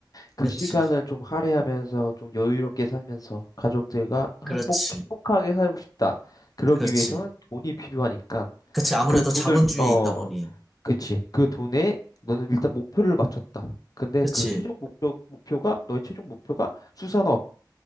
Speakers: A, on the left (about 50°); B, in the centre.
A: 그
B: 그렇지.
A: 시간을 좀 할애하면서 좀 여유롭게 살면서 가족들과
B: 그렇지.
A: 행복, 행복하게 살고 싶다. 그러기
B: 그렇지.
A: 위해서는 돈이 필요하니까
B: 그렇지. 아무래도
A: 그 돈을,
B: 자본주의에
A: 위- 어,
B: 있다 보니.
A: 그치. 그 돈에 너는 일단 목표를 맞췄다. 근데
B: 그렇지.
A: 그 최종 목표, 목표가, 너의 최종 목표가 수산업이라